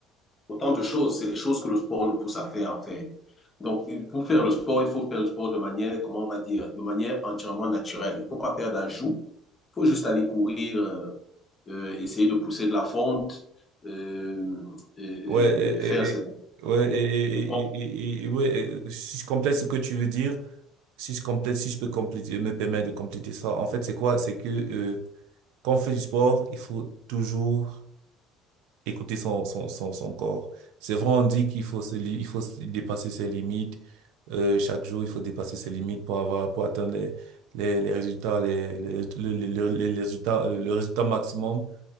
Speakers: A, on the left; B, on the right.
A: autant de choses. C'est les choses que le sport nous pousse à faire, en fait. Donc, pour faire le sport, il faut faire le sport de manière, comment on va dire, de manière entièrement naturelle. Il ne faut pas faire d'ajout faut juste aller courir, euh, euh, essayer de pousser de la fonte, euh, et,
B: Ouais, et,
A: et faire
B: et- et-
A: ses appuis,
B: ouais, et, et-
A: je pense.
B: et- et- et- et- ouais, et si je complète ce que tu veux dire, si je complète, si je peux compléter, me permettre de compléter ça, en fait, c'est quoi? C'est que euh, quand on fait du sport, il faut toujours écouter son, son, son, son corps. C'est vrai, on dit qu'il faut se, li- il faut se dépasser ses limites. Euh, chaque jour, il faut dépasser ses limites pour avoir, pour atteindre les, les, les résultats, les, les, le- le- le- les résultats, euh, le résultat maximum,